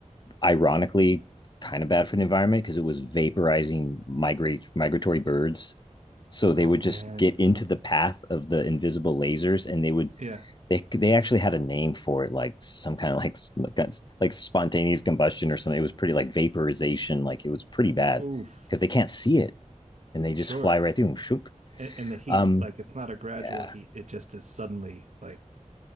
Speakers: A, on the left; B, on the right.
A: ironically kind of bad for the environment because it was vaporizing migrate migratory birds. So they
B: Oh
A: would
B: man.
A: just get into the path of the invisible lasers, and they would
B: Yeah.
A: they they actually had a name for it, like some kind of like like, like spontaneous combustion or something. It was pretty like vaporization. Like it was pretty bad
B: Oof.
A: because they can't see it and they just
B: Sure.
A: fly right through them.
B: And, and the heat,
A: Um,
B: like it's not a gradual
A: yeah,
B: heat. It just is suddenly like